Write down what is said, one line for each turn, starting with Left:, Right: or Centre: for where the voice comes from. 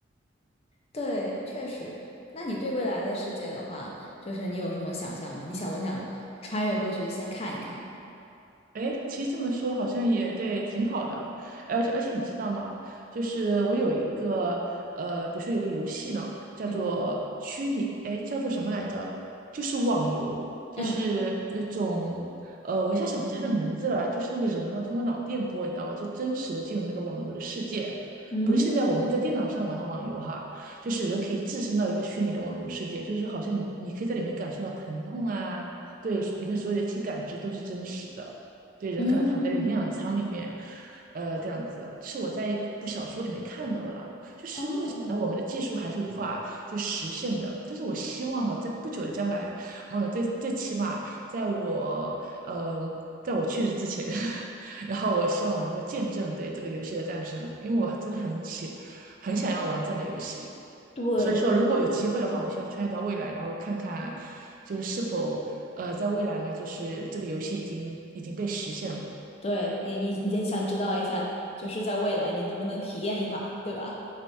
Left: 对，确实。那你对未来的世界的话，就是你有什么想象吗？你想不想穿越过去先看一看？
Right: 哎，其实这么说好像也对，挺好的。而且而且你知道吗？就是我有一个呃，比如说有个游戏呢，叫做虚拟，
Left: 嗯
Right: 哎，叫做什么来着？就是网游，就是那种呃，
Left: 嗯
Right: 我一下想不起来它的名字了。就是那个人呢，通过脑电波，你知道吗？就真实的进入那个网游的世界，
Left: 嗯
Right: 不是现在我们在电脑上玩的网游哈，就是人可以置身到一个虚拟的网游世界，就是好像你你可以在里面感受到疼痛啊，对，里面所有的一切感知都是真实的。对，人可能躺在一个营养舱里面，
Left: 嗯，
Right: 呃，这样子是我在一部小说里面看到了。
Left: 哦，
Right: 然后我们的技术还是无法就实现的，但是我希望哈，在不久的将来，忘了最最起码在我呃，在我去世之前，<laughs> 然后我希望我能够见证对这个游戏的诞生，因为我真的很喜很想要玩这样的游戏。
Left: 对
Right: 所以说，如果有机会的话，我希望穿越到未来，然后看看就是是否呃，在未来呢，就是这个游戏已经已经被实现了。
Left: 对，你你你也想知道一下，就是在未来你能不能体验一把，对吧？